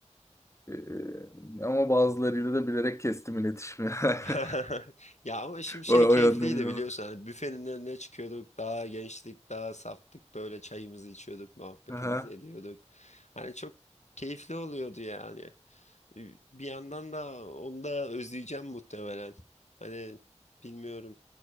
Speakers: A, on the left (about 25°); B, on the left (about 70°).
A: Ee, ama bazılarıyla da bilerek kestim iletişimi.
B: <laughs>
A: <laughs>
B: Ya ama şimdi şey
A: O, o
B: keyifliydi
A: yönden iyi
B: biliyorsun.
A: oldu.
B: Hani büfenin önüne çıkıyorduk. Daha gençtik, daha saftık. Böyle çayımızı içiyorduk, muhabbetimizi
A: Aha.
B: ediyorduk. Hani çok keyifli oluyordu yani. Bir yandan da onu da özleyeceğim muhtemelen. Hani bilmiyorum.